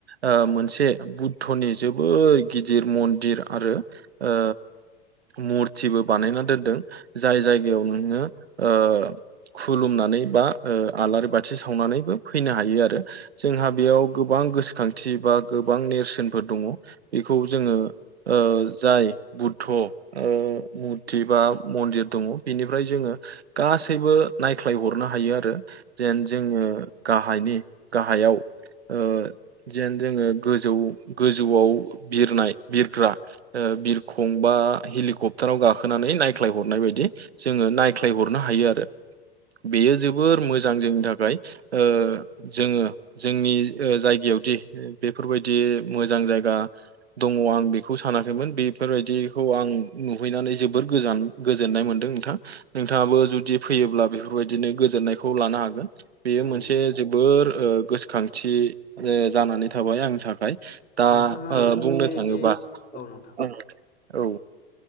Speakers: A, on the right; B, on the left.
A: आ मोनसे बुद्धनि जोबोद गिदिर मन्दिर आरो ओ मुरथिबो बानायना दोनदों जाय जायगायाव नोङो ओ खुलुमनानै बा ओ आलारि बाथि सावनानैबो फैनो हायो आरो। जोंहा बेयाव गोबां गोसोखांथि बा गोबां नेरसोनफोर दङ बेखौ जोङो ओ जाय बुद थ' ओ मुरथि बा मन्दिर दङ बेनिफ्राय जोङो गासैबो नायख्लायहरनो हायो आरो। जेन जोङो गाहायनि गाहायाव ओ जेन जोङो गोजौ गोजौआव बिरनाय बिरग्रा ओ बिरखु गंबा हेलिकप्टाराव गाखोनानै नायख्लायहरनाय बायदि जोङो नायख्लायहरनो हायो आरो। बेयो जोबोर मोजां जोंनि थाखाय ओ जोङो जोंनि ओ जायगायावदि बेफोरबायदि मोजां जायगा दङ आं बेखौ सानाखैमोन बिब फोरबायदिखौ आं नुहैनानै जोबोर गोजान गोजोननाय मोनदों नोंथां। नोंथाङाबो जुदि फैयोब्ला बेफोरबायदिनो गोजोननायखौ लानो हागोन। बेयो
B: औ
A: मोनसे जोबोर ओ गोसोखांथि जानानै थाबाय आंनि थाखाय। दा
B: नोंथाङा
A: ओ बुंनो
B: जे
A: थाङोबा
B: बे औ नोंथां।
A: औ औ।